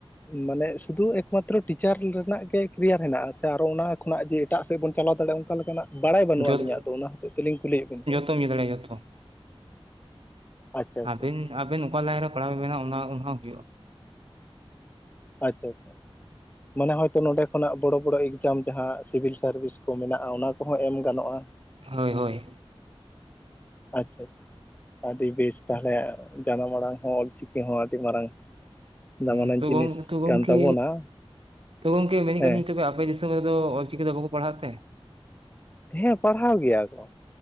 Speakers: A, on the left; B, on the right.
A: ᱢᱟᱱᱮ ᱥᱩᱫᱩ ᱮᱠᱢᱟᱛᱨᱚ ᱴᱤᱪᱟᱨ ᱨᱮᱱᱟᱜ ᱜᱮ ᱠᱮᱨᱤᱭᱟᱨ ᱦᱮᱱᱟᱜᱼᱟ ᱥᱮ ᱟᱨᱚ ᱚᱱᱟ ᱠᱷᱚᱱᱟᱜ ᱡᱮ ᱮᱴᱟᱜ ᱥᱮᱫ ᱵᱚᱱ ᱪᱟᱞᱟᱣ ᱫᱟᱲᱮᱜᱼᱟ ᱚᱱᱠᱟ ᱞᱮᱠᱟᱱᱟᱜ ᱵᱟᱲᱟᱭ ᱵᱟᱹᱱᱩᱜᱼᱟ
B: ᱡᱚᱛ
A: ᱟᱹᱞᱤᱧᱟᱜ ᱫᱚ ᱚᱱᱟ ᱦᱚᱛᱮᱡ ᱛᱮᱵᱤᱱ ᱠᱩᱞᱤᱭᱮᱜ ᱵᱤᱱᱟ
B: <unintelligible>
A: ᱟᱪᱪᱷᱟ ᱟᱪᱪᱷᱟ
B: ᱟᱵᱤᱱ
A: ᱟᱪᱪᱷᱟ
B: ᱟᱵᱮᱱ ᱚᱠᱟ ᱞᱟᱭᱤᱱ ᱨᱮ ᱯᱟᱲᱦᱟᱣ ᱵᱮᱱ ᱢᱮᱱᱟ ᱚᱱᱟ ᱚᱱᱟ ᱦᱚᱸ ᱦᱳᱭᱳᱜᱼᱟ
A: ᱟᱪᱪᱷᱟ ᱪᱷᱟ ᱢᱟᱱᱮ ᱦᱚᱭᱛᱚ ᱱᱚᱰᱮ ᱠᱷᱚᱱᱟᱜ ᱵᱚᱲᱚ ᱵᱚᱲᱚ ᱮᱠᱡᱟᱢ ᱡᱟᱦᱟᱸ ᱥᱤᱵᱤᱞ ᱥᱟᱨᱵᱤᱥ ᱠᱚ ᱢᱮᱱᱟᱜᱼᱟ ᱚᱱᱟ ᱠᱚᱦᱚᱸ ᱮᱢ ᱜᱟᱱᱚᱜᱼᱟ
B: ᱦᱳᱭ ᱦᱳᱭ
A: ᱟᱪᱪᱷᱟ ᱪᱷᱟ ᱟᱹᱰᱤ ᱵᱮᱥ ᱛᱟᱦᱞᱮ ᱡᱟᱱᱟᱢ ᱟᱲᱟᱝ ᱦᱚᱸ ᱚᱞ ᱪᱤᱠᱤ ᱦᱚᱸ ᱟᱹᱰᱤ ᱢᱟᱨᱟᱝ ᱫᱟᱢᱟᱱᱟᱱ
B: ᱦᱩᱸ ᱛᱩ
A: ᱡᱤᱱᱤᱥ
B: ᱜᱚᱝ ᱛᱩ ᱜᱚᱝᱠᱮ
A: ᱠᱟᱱ ᱛᱟᱵᱚᱱᱟ
B: ᱛᱩ ᱜᱚᱝᱠᱮ ᱢᱮᱱ
A: ᱦᱮᱸ
B: <unintelligible> <inaudible> ᱚᱞ ᱪᱤᱠᱤ ᱫᱚ ᱵᱟᱠᱚ ᱯᱟᱲᱦᱟᱣᱮᱫ ᱛᱮ
A: ᱦᱮᱸ ᱯᱟᱲᱦᱟᱣ ᱜᱮᱭᱟ ᱠᱚ